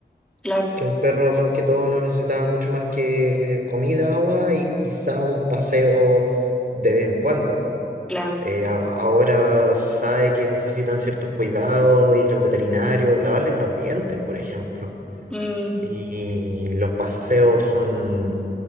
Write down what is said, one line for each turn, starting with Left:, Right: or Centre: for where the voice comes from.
Centre: claro,
Right: que un perro más que todo no necesitaba mucho más que comida, agua y quizá un paseo de vez en cuando.
Centre: claro.
Right: Eh, a- ahora se sabe que necesitan ciertos cuidados, ir al veterinario, lavarles los dientes, por ejemplo.
Centre: Mm,
Right: Y los paseos son